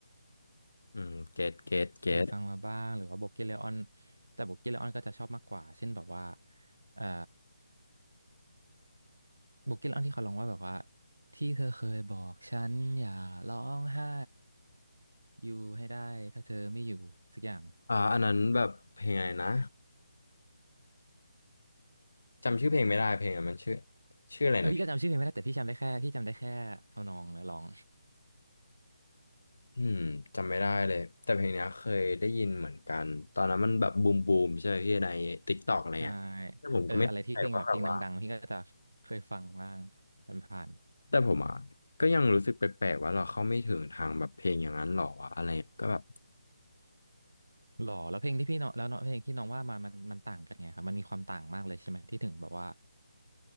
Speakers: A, on the left (about 60°); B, on the right (about 70°).
A: อืมเกตเกตเกต
B: เคยฟังมาบ้างหรือว่าโบเกเลออนแต่โบเกเลออนก็จะชอบมากกว่าเช่นแบบว่าเอ่อ โบุกี้เล่าที่เขาลงว่าแบบว่าที่เธอเคยบอกฉันอย่าร้องไห้อยู่ให้ได้ถ้าเธอไม่อยู่สักอย่าง
A: อ่าอันนั้นแบบเพลงไงนะ จำชื่อเพลงไม่ได้เพลงอะมันชื่อชื่ออะไรนะพี่
B: เออพี่ก็จำชื่อเพลงไม่ได้แต่พี่จำได้แค่พี่จำได้แค่ทำนองและร้อง
A: อืมจำไม่ได้เลยแต่เพลงเนี้ยเคยได้ยินเหมือนกันตอนนั้นมันแบบบูมบูมใช่ไหมพี่ในติ๊กตอกอะไรเงี้ยแต่ผมก็ไม่เข้าใจว่าแบบว่า
B: ใช่เอออะไรที่เพลงแบบเพลงดังๆพี่ก็จะเคยฟังบ้างผ่าน
A: แต่ผมอ่ะก็ยังรู้สึกแปลกๆว่าเราเข้าไม่ถึงทางแบบเพลงอย่างนั้นหรอวะอะไรก็แบบ
B: ๆหรอแล้วเพลงที่พี่เนาะแล้วเนาะเพลงที่น้องว่ามามันมันต่างกันไงครับมันมีความต่างมากเลยใช่ไหมที่ถึงแบบว่า